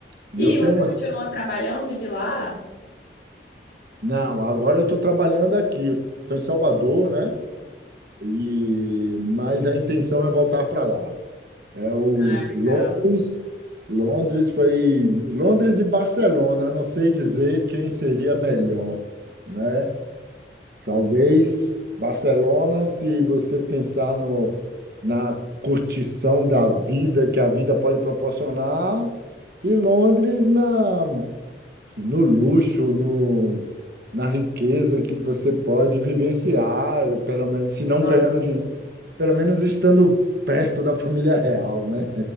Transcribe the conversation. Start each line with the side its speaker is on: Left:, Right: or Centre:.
Right: E
Left: E
Right: eu tenho
Left: você
Right: uma.
Left: continuou trabalhando de lá?
Right: Não, agora eu estou trabalhando aqui, eu estou em Salvador, né? E... Mas a intenção é voltar para lá. É o
Left: Ah, legal.
Right: Londres, Londres foi. Londres e Barcelona, eu não sei dizer quem seria melhor, né? Talvez Barcelona, se você pensar no, na curtição da vida que a vida pode proporcionar, e Londres na, no luxo, no, na riqueza que você pode vivenciar, pelo menos, se não
Left: Aham.
Right: ganhando dinheiro, pelo menos estando perto da família real, né?